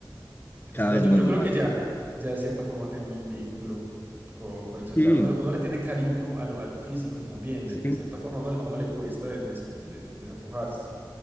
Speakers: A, on the right (about 25°); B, on the left (about 25°).
A: Es
B: cada
A: verdad,
B: vez
A: yo,
B: es
A: yo
B: más normal.
A: creo que ya, ya de cierta forma tenemos un vínculo co- con, el celular.
B: Sí,
A: Uno, uno le tiene cariño a lo, a lo físico también,
B: sí,
A: de, de cierta forma. A uno, le- a uno le cuesta de- des- de- desapojarse